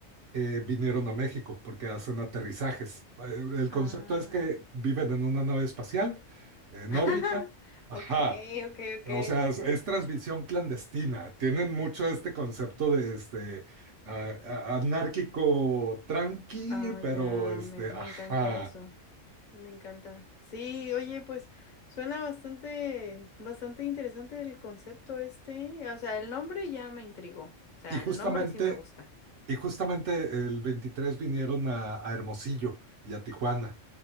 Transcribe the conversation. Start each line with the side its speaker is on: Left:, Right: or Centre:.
Right: eh, vinieron a México porque hacen aterrizajes. Eh, El
Left: Ah.
Right: concepto es que viven en una nave espacial, en
Left: <laughs>
Right: órbita, ajá.
Left: Ok, ok, ok.
Right: O sea, es, es transmisión clandestina. Tienen mucho este concepto de este a- a- anárquico tranqui,
Left: Ah,
Right: pero
Left: ya,
Right: este,
Left: me, me
Right: ajá.
Left: encanta eso. Me encanta. Sí, oye, pues suena bastante, bastante interesante el concepto este. O sea, el nombre ya me intrigó. O sea,
Right: Y justamente
Left: el nombre sí me gusta.
Right: Y justamente el 23 vinieron a, a Hermosillo y a Tijuana.